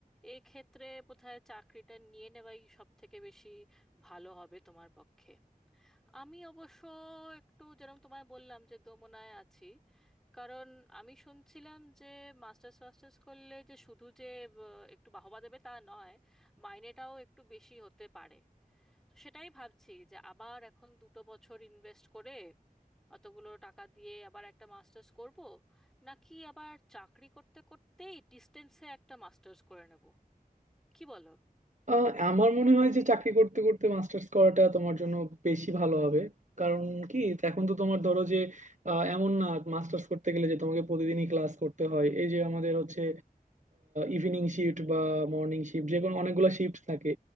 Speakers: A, in the centre; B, on the right.
A: এক্ষেত্রে বোধহয় চাকরিটা নিয়ে নেওয়াই সব থেকে বেশি ভালো হবে তোমার পক্ষে আমি অবশ্য একটু যেরকম তোমায় বললাম যে দোমনায় আছি কারণ আমি শুনছিলাম যে মাস্টার্স ফাস্টার্স করলে যে শুধু যে আহ, একটু বাহবা দেবে তা নয় মাইনেটাও একটু বেশি হতে পারে তো সেটাই ভাবছি যে আবার এখন দুটো বছর ইনভেস্ট করে অতগুলো টাকা দিয়ে আবার একটা মাস্টার্স করব নাকি আবার চাকরি করতে করতেই ডিস্টেন্সে একটা মাস্টার্স করে নেব কি বলো
B: আহ, আমার মনে হয় যে চাকরি করতে করতে মাস্টার্স করাটা তোমার জন্য বেশি ভালো হবে কারণ কি এখন তো তোমার ধরো যে আহ, এমন না মাস্টার্স করতে গেলে যে তোমাকে প্রতিদিনই ক্লাস করতে হয় এই যে আমাদের হচ্ছে ইভিনিং শিফট বা মর্নিং শিফট যে কোনো অনেকগুলো শিফট থাকে